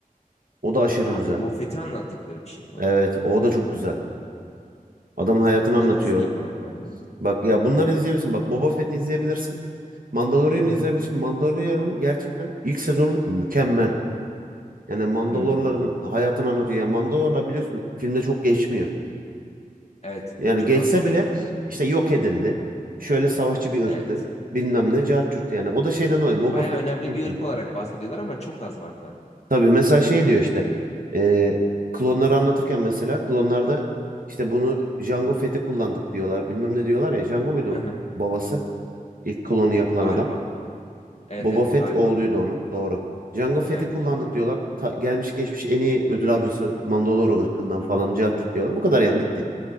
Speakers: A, on the right (about 70°); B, on the left (about 45°).
A: O da aşırı
B: Ha,
A: güzel.
B: Boba Fett'i anlattıkları bir şey bana.
A: Evet o da çok güzel. Adamın hayatını
B: Bunları
A: anlatıyor.
B: izleyeyim bari ben ya.
A: Bak ya bunları izleyebilirsin. Bak Boba Fett'i izleyebilirsin. Mandalorian'ı
B: Hı
A: izleyebilirsin.
B: hı.
A: Mandalorian'ın gerçekten ilk sezonu mükemmel. Yani Mandalorların
B: Hmm,
A: hayatını anlatıyor. Ya Mandalorlar biliyorsun filmde çok geçmiyor.
B: evet.
A: Yani
B: Çok
A: geçse
B: az bahsediliyor.
A: bile işte yok edildi. Şöyle savaşçı bir
B: Evet.
A: ırktı. Bilmem ne cart curt yani. O da şeyden dolayı Boba
B: Bayağı
A: Fett
B: önemli
A: çıktığı için.
B: bir ırk olarak bahsediyorlar ama çok az var zaten.
A: Tabii mesela şey diyor işte. e, klonları anlatırken mesela klonlarda işte bunu Jango Fett'i kullandık diyorlar. Bilmem ne diyorlar ya. Jango muydu
B: Hı
A: o
B: hı.
A: babası? İlk klonu yapılan
B: Galiba.
A: adam.
B: Evet
A: Boba
B: evet
A: Fett
B: galiba.
A: oğluydu onun. Doğru. Jango Fett'i
B: Evet.
A: kullandık diyorlar. Ta- gelmiş geçmiş en iyi ödül avcısı Mandalore ırkından
B: Hı
A: falan
B: hı.
A: cart diyorlar. Bu kadar yani bitti.